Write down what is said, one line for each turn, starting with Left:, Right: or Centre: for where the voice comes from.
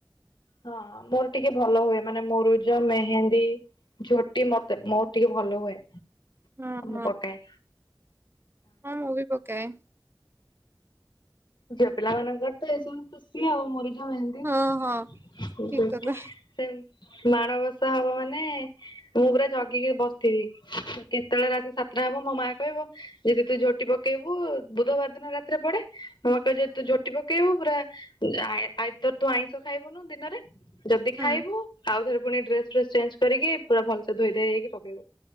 Left: ହଁ ମୋର ଟିକେ ଭଲ ହୁଏ ମାନେ ମୁରୁଜ ମେହେନ୍ଦୀ। ଝୋଟି ମତେ ମୋର ଟିକେ ଭଲ ହୁଏ
Right: ହଁ
Left: ମୁଁ
Right: ହଁ
Left: ପକାଏ।
Right: ହଁ ମୁଁ ବି ପକାଏ।
Left: ଝିଅ ପିଲା ମାନଙ୍କର ତ ଏସବୁ ଖୁସି ଆଉ ମୁରୁଜ ମେହେନ୍ଦି
Right: ହଁ ହଁ
Left: <unintelligible>
Right: ଠିକ କଥା
Left: ସେ ମାଣବସା ହବ ମାନେ ମୁଁ ପୁରା ଜଗିକି ବସିଥିବି କେତେବେଳେ ରାତି ସାତଟା ହବ ମୋ ମା କହିବ ଯଦି ତୁ ଝୋଟି ପକେଇବୁ ବୁଧବାର ଦିନ ରାତିରେ ପଡେ। ହଁ ତୁ ଯଦି ଝୋଟି ପକେଇବୁ ପୁରା ଆଇଦର ତୁ ଆଇଁଷ ଖାଇବୁନି ଦିନରେ। ଯଦି
Right: ହୁଁ
Left: ଖାଇବୁ ଆଉଥରେ ପୁଣି ଡ୍ରେସ ଫ୍ରେସ୍ ଚେଞ୍ଜ କରିକି ପୁରା ଭଲସେ ଧୁଇ ଧାଇ ହେଇକି ପକେଇବୁ।